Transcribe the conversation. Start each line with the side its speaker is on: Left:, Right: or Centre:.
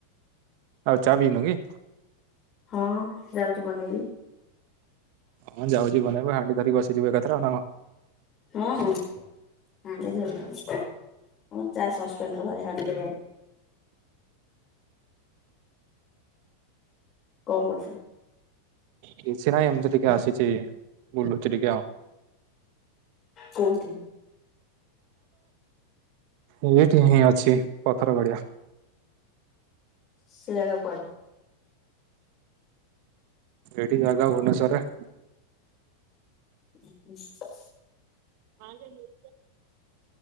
Right: ଆଉ ଚ ଚା ବିିିନୁ କି?
Left: ହଁ। ଯାଉଛି ବନେଇବି
Right: ହଁ ଯାଉଛି ବନେଇବେ ହାଣ୍ଡି ଧରିକି ବସିଯିବେ ଏକଥାରେ ଆଣ କଣ।
Left: ହଁ ହଁ <unintelligible> ଧର। ଆମର ଚା ସସ୍ପେଣ୍ଡ ରହେ ହାଣ୍ଡିରେ କଣ କରୁଛ?
Right: କିଛି ନାହିଁ ଏମିତି ଟିକେ ଆସିଛି ବୁଲୁଛି ଟିକେ ଆଉ।
Left: କଉଠି?
Right: ଏଇଠି ହିଁ ଅଛି ପଥର ଗଡିଆ।
Left: ସେ ଜାଗା କୁଆଡେ?
Right: ଏଠି ଜାଗା ଭୁବନେଶ୍ଵରରେ।
Left: ଉ ହୁଁ।
Right: ପାଞ୍ଚ ଲୁ।